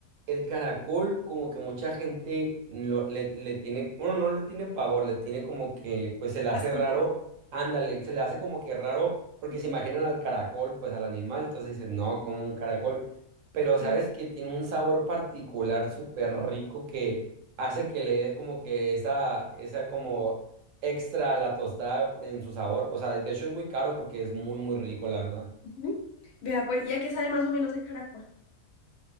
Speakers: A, on the right (about 70°); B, on the left (about 55°).
A: el caracol, como que mucha gente lo- le, le tiene, bueno, no le tiene pavor, le tiene como que, pues se le hace
B: ¿Asquito?
A: raro, ándale, se le hace como que raro, porque
B: Ujú.
A: se imaginan al caracol, pues al animal, entonces dicen, no, como un caracol, pero sabes
B: Ay,
A: que tiene un sabor particular súper rico que hace que le dé como que esa, esa como extra a la tostada en su sabor, o sea, de hecho es muy caro porque es muy, muy rico, la verdad.
B: ujú. Vea, pues, ya que sabe más o menos el caracol?